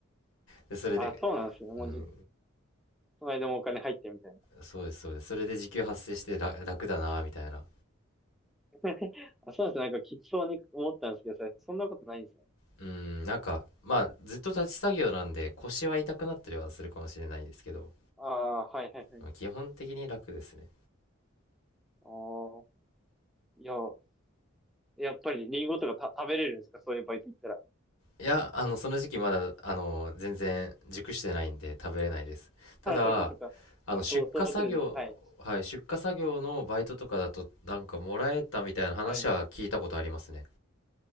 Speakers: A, on the left; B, in the centre.
A: で、それで、
B: あ、そうなんですね。もうじ、
A: うん、
B: この間もお金入ってみたいな。
A: そうです、そうです。それで時給発生してら楽だな、みたいな。
B: <laughs> あ、そうですね。なんかきつそうに思ったんですけど、それそんなことないんですね。
A: うん、なんか、まあ、ずっと立ち作業なんで、腰は痛くなったりはするかもしれないんですけど、
B: ああ、はい、はい、はい。
A: まあ、基本的に楽ですね。
B: ああ、いや、やっぱりリンゴとかた食べれるんですかそういうバイト行ったら。
A: いや、あの、その時期まだ、あの、全然熟してないんで食べれないです。
B: <laughs>
A: ただ、
B: あ、そっかそっか。
A: あの、
B: そうか、
A: 出荷作業、
B: そう、育てる時期。はい。
A: はい、出荷作業のバイトとかだと、なんかもらえたみたいな話は聞いたことありますね。
B: はい。